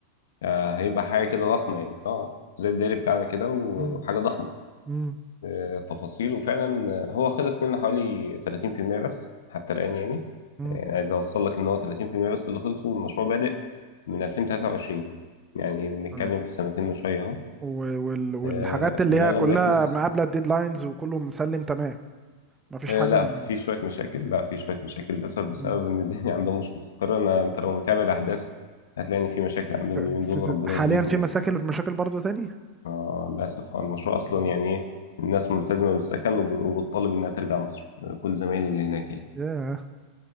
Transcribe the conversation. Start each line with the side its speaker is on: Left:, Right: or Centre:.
Left: آه هيبقى حاجه كده ضخمه يعني اه زي الدائري بتاعنا كده وحاجه
Right: مم.
Left: ضخمه
Right: مم.
Left: آه، تفاصيل وفعلا آه، هو خلص منه حوالي 30% بس حتى الآن يعني
Right: مم.
Left: يعني عايز أوصل لك إن هو 30% بس اللي خلصوا والمشروع بادئ من 2023 يعني بنتكلم
Right: أم،
Left: في سنتين وشوية أهو
Right: و- وال- والحاجات
Left: آه،
Right: اللي
Left: ده
Right: هي
Left: لما
Right: كلها
Left: يخلص
Right: مقابله الديدلاينز وكله مسلم تمام مفيش
Left: آه،
Right: حاجه
Left: لا في شوية مشاكل لا في شوية مشاكل للأسف بسبب
Right: أم،
Left: إن الدنيا <laughs> عندهم مش مستقرة أنا أنت لو متابع الأحداث هتلاقي إن في مشاكل عندهم
Right: ف- في
Left: اليومين دول
Right: ز-
Left: ربنا
Right: حاليا
Left: يهديهم
Right: في
Left: يعني
Right: مشاكل في مشاكل برضو تاني
Left: آه، للأسف آه، المشروع أصلا
Right: أم،
Left: يعني إيه الناس ملتزمة بالسكن وب- وبتطالب إنها ترجع مصر آه، كل زمايلي اللي هناك يعني
Right: ياه